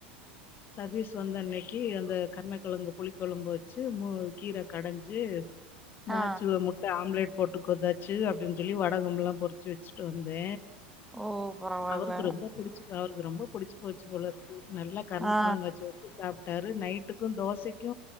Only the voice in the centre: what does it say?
ஆ
ஓ பரவால்ல
ஆ